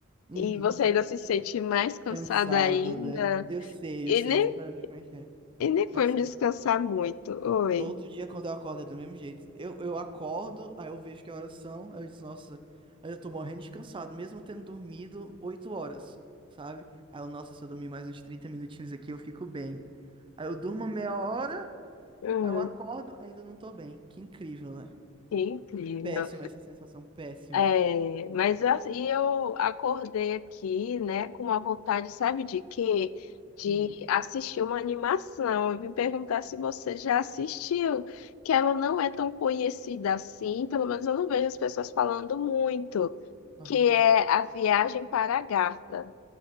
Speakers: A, on the right; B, on the left.
A: Uhum.
B: e você ainda se sente mais cansada
A: Cansado,
B: ainda?
A: né? Eu sei,
B: E
A: eu sei
B: nem,
A: exatamente como é que é.
B: e nem foi
A: Nossa,
B: me descansar muito. Oi.
A: todo dia quando eu acordo é do mesmo jeito. Eu, eu acordo, aí eu vejo que horas são, aí eu disse, nossa, aí eu tô morrendo de cansado, mesmo tendo dormido 8 horas, sabe? Aí eu, nossa, se eu dormir mais uns 30 minutinhos aqui, eu fico bem. Aí eu durmo meia hora,
B: Hum,
A: aí eu acordo, ainda não tô bem. Que incrível, né?
B: que incrível.
A: Péssima essa sensação, péssima.
B: É, mas eu, e eu acordei aqui, né, com uma vontade, sabe de quê? De
A: Hum.
B: assistir uma animação. Eu vim perguntar se você já assistiu, que ela não é tão conhecida assim, pelo menos eu não vejo as pessoas falando muito,
A: Aham.
B: que é A Viagem para a Garta.